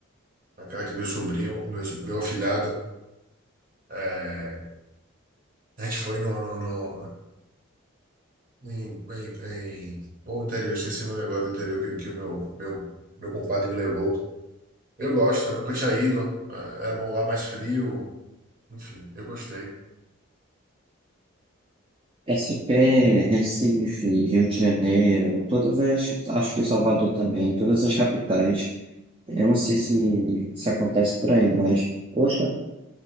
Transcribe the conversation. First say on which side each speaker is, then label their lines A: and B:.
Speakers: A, on the right; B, on the right.
A: na casa de meu sobrinho, meu, so- meu afilhado. É, a gente foi no, no, no- em, em, em- pô, interior, esqueci o nome agora do interior que, que o meu, meu, meu compadre me levou. Eu gosto, eu nunca tinha ido. É, Era um lugar mais frio. Enfim, eu gostei.
B: SP, Recife, Rio de Janeiro, todas as, acho que Salvador também, todas as capitais. Eu não sei se, se acontece por aí, mas, poxa,